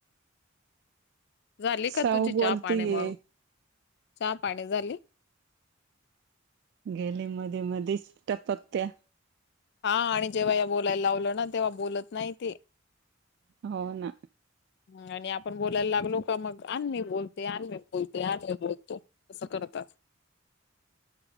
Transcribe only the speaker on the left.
झाली का
तुझी
चहा पाणी मग, चहा पाणी झाली?
हा आणि जेव्हा या बोलायला लावलं ना, तेव्हा बोलत नाही ती.
ह आणि आपण बोलायला लागलो का, मग आण् मी बोलते. आण् मी बोलते. आ्ण मी बोलते. असं करतात.